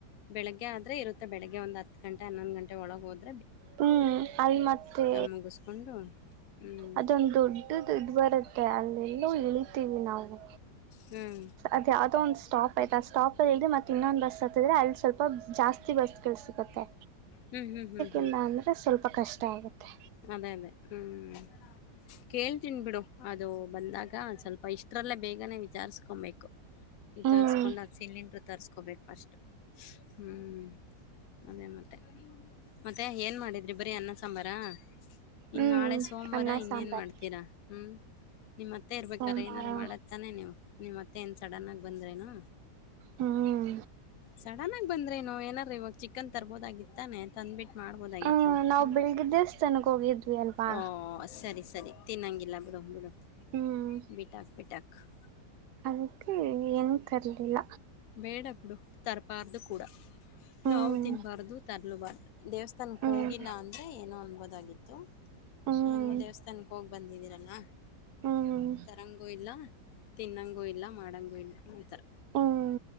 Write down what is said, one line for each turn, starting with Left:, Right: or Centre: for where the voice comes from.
Left: ಬೆಳಿಗ್ಗೆ ಆದ್ರೆ ಇರುತ್ತೆ ಬೆಳಗ್ಗೆ ಒಂದ್ ಹತ್ ಗಂಟೆ ಹನ್ನೊಂದು ಗಂಟೆ ಒಳಗೆ ಹೋದ
Right: ಹ್ಮ್ ಅಲ್ ಮತ್ತೆ
Left: ಮುಗಿಸ್ಕೊಂಡು ಹ್ಞೂ
Right: ಅದೊಂದು ದೊಡ್ದು ಇದದು ಬರುತ್ತೆ ಅಲ್ಲೆಲ್ಲೂ ಇಳಿತೀವಿ ನಾವು
Left: ಹ್ಞೂ
Right: ಅದ ಯಾವ್ದೋ ಒಂದ ಸ್ಟಾಪ್ ಆಯ್ತಾ ಆ ಸ್ಟಾಪ್ ಅಲ್ಲಿಲ್ ಮತ್ತತ್ ಇನ್ನೊಂದು ಬಸ್ ಹತ್ತದ್ರೆ ಅಲ್ಲಿ ಸ್ವಲ್ಪ ಜಾಸ್ತಿ ಬಸ್ಗಳು ಸಿಗುತ್ತೆ
Left: ಹ್ಮ್ ಹ್ಮ್ ಹ್ಮ್
Right: ಇಲ್ಲ ಅಂದ್ರೆ ಸ್ವಲ್ಪ ಕಷ್ಟ ಆಗುತ್ತೆ
Left: ಅದೇ ಅದೇ ಹ್ಮ್ ಕೇಳ್ತೀನ್ಬಿಡು ಅದು ಬಂದಾಗ ಒಂದ ಸ್ವಲ್ಪ ಇಷ್ಟರಲ್ಲೇ ಬೇಗನೆ ವಿಚಾರಸ್ಕೊಂಬಬೇಕು ವಿಚಾರ್ಸ್ಕೊಂಡು
Right: ಹ್ಮ್
Left: ಸಿಲಿಂಡರ್ ತರ್ಸ್ಕೊಬೇಕು ಫಸ್ಟ್ ಹ್ಮ್ ಅದೇ ಮತ್ತೆ ಮತ್ತೆ ಏನ್ ಮಾಡಿದ್ರಿ ಬರೀ ಅನ್ನ ಸಾಂಬಾರ
Right: ಹ್ಮ್
Left: ಇನ್ ನಾಳೆ ಸೋಮವಾರ
Right: ಅನ್ನ
Left: ಇನ್ನೇನ್
Right: ಸಾಂಬಾರ್
Left: ಮಾಡ್ತೀರಾ ಹ್ಮ್ ನಿಮ್ಮ್ ಅತ್ತೆ ಇರ್ಬೇಕ್ರ
Right: ಸೋಮವಾರ
Left: ಏನಾದಾರು ಮಾಡತ್ತ್ತಾನೆ ನೀವವು ನಿಮ್ಮ್ ಅತ್ತೆ ಏನ್ ಸಡನ್ ಆಗಿ ಬಂದ್ರೇನು
Right: ಹ್ಮ್
Left: ಸಡನ್ ಆಗ ಬಂದ್ರಿನು ಏನಾರೀ ಇವಾಗ ಚಿಕನ್ ತರ್ಬೋದಾಗಿತ್ತಾನೆ ತಂದ್ಬಿಟ್ಟು ಮಾಡ್ಬೋದಾಗಿತ್ತು
Right: ಹ ನಾವು
Left: ಹ್ಮ್.
Right: ಬೆಳಿಗ್ಗೆ ದೇವಸ್ಥಾನಕ್ಕೆ ಹೋಗಿದ್ವಿ ಅಲ್ಪಾ
Left: ಓ ಸರಿ ತಿನ್ನೊಂಗಿಲ್ಲ ಬಿಡು ಬಿಡು
Right: ಹ್ಮ್
Left: ಬಿಟಾಕ್ ಬಿಟಾಕ <unintelligible>
Right: ಅದಕ್ಕೆ ನಿಂಗ ತರ್ಲಿಲ್ಲ
Left: ಬೇಡ ಬಿಡು ತರಬಾರ್ದು ಕೂಡ
Right: ಹ್ಮ್
Left: ನಾವು ತಿನ್ನಬಾರ್ದು ತರಲಬಾರ್ದು ದೇವಸ್ಥಾನಕ್ಕೆ
Right: ಹ್ಮ್
Left: ಹೋಗಿಲ್ಲ ಅಂದ್ರೆ ಏನೋ ಅನ್ಬೋದಾಗಿತ್ತು
Right: ಹ್ಮ್
Left: ಹಂಗೂ ದೇವಸ್ಥಾನಕ್ಕೆ ಹೋಗಿ ಬಂದಿದೀರಲ್ಲ
Right: ಹ್ಮ್
Left: ತರಂಗೂ ಇಲ್ಲ ತಿನ್ನಂಗೂ ಇಲ್ಲ ಮಾಡಂಗೂ ಇಲ್ಲ ಇತರ
Right: ಹ್ಮ್